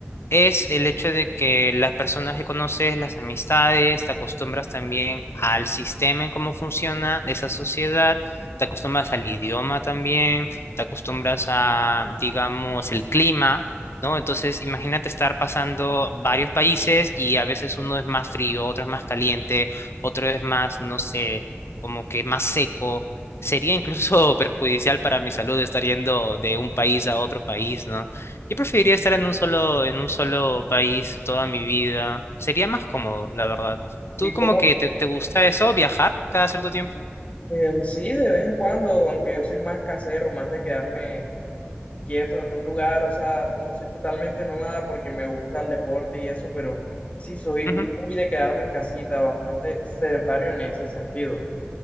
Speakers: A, on the left; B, on the left.
A: es el hecho de que las personas que conoces, las amistades, te acostumbras también al sistema en cómo funciona esa sociedad, te acostumbras al idioma también, te acostumbras a, digamos, el clima, ¿no? Entonces, imagínate estar pasando varios países y a veces uno es más frío, otro es más caliente, otro es más, no sé, como que más seco. Sería incluso <laughs> perjudicial para mi salud estar yendo de un país a otro país, ¿no? Yo preferiría estar en un solo, en un solo país toda mi vida. Sería más cómodo, la verdad. ¿Tú
B: ¿Y cómo,
A: como que te, te gusta eso, viajar cada cierto tiempo?
B: Em, sí, de vez en cuando, aunque yo soy más casero, más de quedarme quieto en un lugar, o sea, no soy totalmente nómada porque me gusta el deporte y eso, pero sí soy
A: Ujú.
B: muy de quedarme en casita, bastante sedentario en ese sentido.